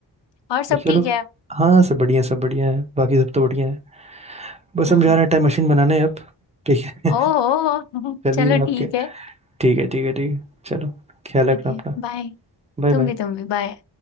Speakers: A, on the left; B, on the right.
A: और सब
B: पर चलो
A: ठीक है
B: हाँ सब बढ़िया सब बढ़िया है बाकी सब तो बढ़िया है बस
A: हाँ
B: हम जा रहे हैं टाइम मशीन बनाने अब ठीक है
A: ओह
B: <laughs> चलिए
A: चलो
B: आपके
A: ठीक है
B: ठीक है ठीक है ठीक है चलो ख्याल
A: ठीक
B: रखना
A: है
B: अपना
A: बाय
B: Bye
A: तुम
B: bye
A: भी तुम भी बाय